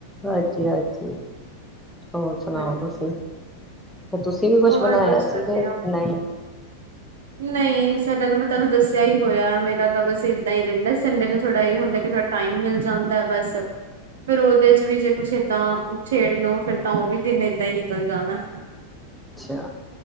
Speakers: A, in the centre; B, on the right (about 60°).
A: ਹਾਂਜੀ ਹਾਂਜੀ। ਹੋਰ ਸੁਣਾਓ,
B: ਹਾਂਜੀ
A: ਤੁਸੀਂ? ਤੇ ਤੁਸੀਂ ਵੀ ਕੁਛ
B: ਹੋਰ
A: ਬਣਾਇਆ
B: ਬਸ
A: ਸੀ
B: ਵਧੀਆ।
A: ਕਿ ਨਹੀਂ?
B: ਨਹੀਂ, ਸਾਡਾ ਤਾਂ ਮੈਂ ਤੁਹਨੂੰ ਦੱਸਿਆ ਹੀ ਹੋਇਆ ਮੇਰਾ ਤਾਂ ਬਸ ਏਦਾਂ ਹੀ ਰਹਿੰਦਾ ਸੰਡੇ ਨੂੰ ਥੋੜਾ ਇਹ ਹੁੰਦਾ ਕਿ ਥੋੜਾ ਟਾਈਮ ਮਿਲ ਜਾਂਦਾ ਬਸ, ਫੇਰ ਉਹਦੇ ਚ ਵੀ ਜੇ ਕੁਛ ਏਦਾਂ ਛੇੜ ਲੋ ਫਿਰ ਤਾਂ ਉਹ ਵੀ ਦਿਨ ਏਦਾਂ ਹੀ ਨਿਕਲ ਜਾਣਾ।
A: ਅੱਛਾ।